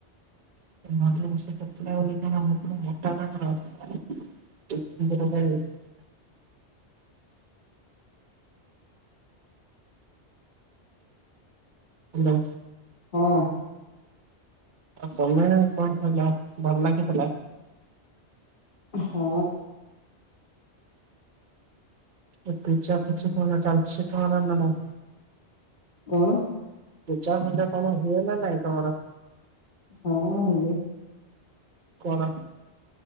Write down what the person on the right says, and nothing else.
<unintelligible> ହାଲୋ।
ଆ ତମେ କଣ କହିଲ ଭଲ୍ ଲାଗିଥିଲା।
ଏ ପିଞ୍ଚା ପିଞ୍ଚି କଣ ଚାଲିଚି ତ ଆମର ନା ନାଇଁ?
ପୂଜା ଫୁଜା କଣ ହୁଏ ନା ନାଇଁ ତମର?
କଲା।